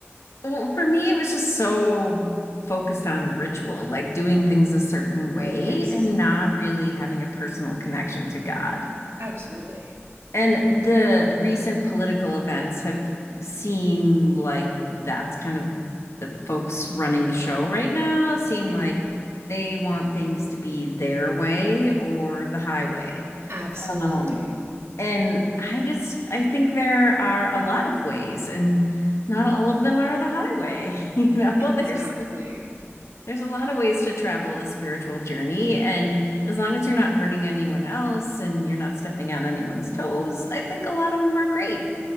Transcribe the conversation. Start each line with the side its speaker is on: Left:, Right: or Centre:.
Left: Well, for me, it was just so focused on ritual, like doing things a certain way
Right: Yes,
Left: and not really having a personal connection to God.
Right: Absolutely.
Left: And the recent political events have seemed like that's kind of the folks running the show right now seem
Right: hmm
Left: like they want things to be their way or the highway.
Right: Absolutely.
Left: Um, and I just I think there are a lot of ways, and not all of them are the highway. <laughs> You know,
Right: Exactly.
Left: there's there's a lot of ways to travel a spiritual journey, and as long as you're not hurting anyone else and you're not stepping on anyone's toes, I think a lot of them are great.